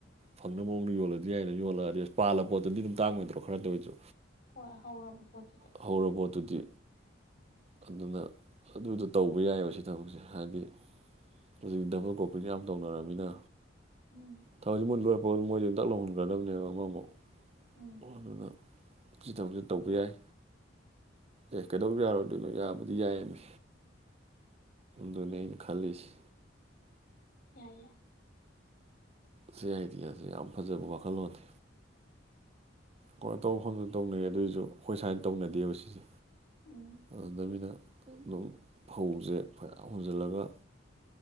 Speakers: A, on the right (about 35°); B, on the left (about 55°).
A: ꯐꯪꯅ ꯃꯑꯣꯡꯗ ꯌꯣꯜꯂꯗꯤ ꯌꯥꯏꯅ ꯌꯣꯜꯂꯒ ꯑꯗꯤ ꯄꯥꯜꯂ ꯄꯣꯠꯇꯗꯤ ꯑꯗꯨꯝ ꯇꯥꯡꯉꯣꯏꯗ꯭ꯔꯣ ꯈꯔ ꯇꯧꯔꯤꯁꯨ
B: ꯍꯣꯏ ꯍꯧꯔꯕ ꯄꯣꯠꯇꯨꯗꯤ
A: ꯍꯧ ꯄꯣꯠꯇꯨꯗꯤ ꯑꯗꯨꯅ ꯑꯗꯨꯗꯣ ꯇꯧꯕ ꯌꯥꯏꯑꯦꯕ ꯁꯤ ꯊꯕꯛꯁꯦ ꯍꯥꯏꯗꯤ ꯍꯧꯖꯤꯛ ꯗꯕꯜ ꯀꯣꯄꯤꯗ ꯌꯥꯝ ꯇꯧꯅꯔꯕꯃꯤꯅ
B: ꯎꯝ
A: ꯊꯥꯎꯁꯤꯟ ꯃꯨꯟ ꯂꯣꯏꯔꯛꯄꯥꯎ ꯃꯣꯏꯁꯦ ꯍꯟꯇꯛ ꯂꯧꯍꯟꯒꯗꯕꯅꯦꯕ ꯑꯃꯃꯥꯎ
B: ꯎꯝ
A: ꯑꯗꯨꯅ ꯖꯤꯗꯧꯖꯤ ꯇꯧꯕ ꯌꯥꯏ ꯑꯦ ꯀꯩꯗꯧ ꯌꯥꯔꯣꯏꯗꯣꯏꯅꯣ ꯌꯥꯕꯨꯗꯤ ꯌꯥꯏꯌꯦꯃꯤ ꯗꯨꯅꯦ ꯈꯂꯤꯁ
B: ꯌꯥꯏ ꯌꯥꯏ
A: ꯁꯤ ꯑꯥꯏꯗꯤꯌꯥꯁꯤ ꯌꯥꯝ ꯐꯖꯕ ꯋꯥꯈꯜꯂꯣꯟꯅꯤ ꯀꯩꯅꯣ ꯇꯧꯐꯝꯗꯅ ꯇꯧꯅꯩꯌꯦ ꯑꯗꯨꯏꯁꯨ ꯑꯩꯈꯣꯏ ꯁꯨꯃꯥꯏꯅ ꯇꯧꯅꯗꯦꯕ ꯁꯤꯁꯦ
B: ꯎꯝ
A: ꯑꯗꯨꯗꯅꯤꯅ ꯑꯗꯨꯝ ꯐꯧꯁꯦ ꯐꯔ ꯍꯨꯟꯖꯜꯂꯒ